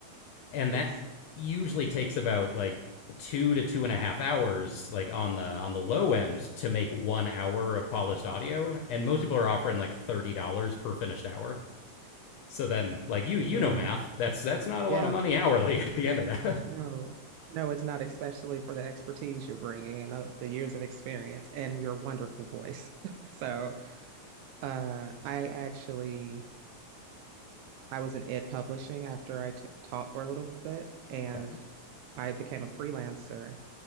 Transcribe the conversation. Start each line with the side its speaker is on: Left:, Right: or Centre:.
Left: and
Right: Yikes.
Left: that usually takes about like two to two and a half hours like on the on the low end to make one hour of polished audio and most people are offering like $30 per finished hour so then like you you
Right: Uh,
Left: know math that's that's not a lot
Right: Yeah.
Left: of money hourly <laughs> at the end of that
Right: No, no, it's not, especially for the expertise you're bringing and uh, the years of experience and your wonderful voice. <laughs> So, uh, I actually I was in ed publishing after I t taught for a little bit, and
Left: <laughs> okay
Right: I became a freelancer